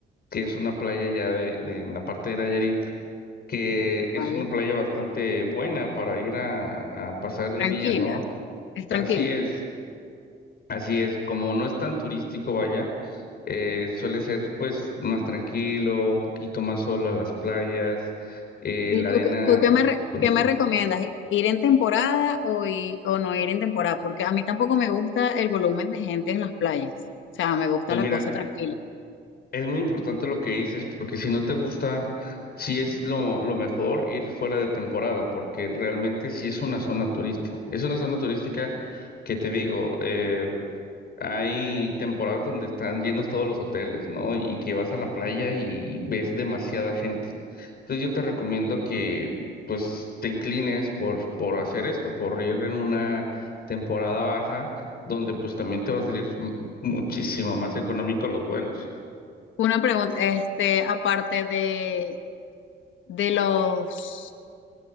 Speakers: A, on the left (about 50°); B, on the left (about 75°).
A: que es una playa ya de, de- en la parte de Nayarit, que es
B: ¿vale?
A: una playa bastante buena para ir a, a pasar el
B: Tranquila,
A: día, ¿no?
B: es tranquila.
A: Así es, así es, como no es tan turístico, vaya, eh, suele ser pues más tranquilo, un poquito más solo a las playas, eh,
B: ¿Y
A: la
B: tú,
A: arena
B: qué- tú
A: es
B: qué me, re-
A: bonita.
B: qué me recomiendas? ¿Ir en temporada o, i- o no ir en temporada? Porque a mí tampoco me gusta el volumen de gente en las playas. O sea, me gusta
A: Pues
B: la
A: mira,
B: cosa tranquila.
A: Es muy importante lo que dices, porque si no te gusta, sí es lo, lo mejor ir fuera de temporada, porque realmente sí es una zona turística. Es una zona turística que te digo, eh, hay temporadas donde están llenos todos los hoteles, ¿no? Y que vas a la playa y ves demasiada gente. Entonces yo te recomiendo que pues te inclines por, por hacer esto, por ir en una temporada baja, donde pues también te va a salir m- muchísimo más económico los vuelos.
B: Una pregunta, este, aparte de, de los,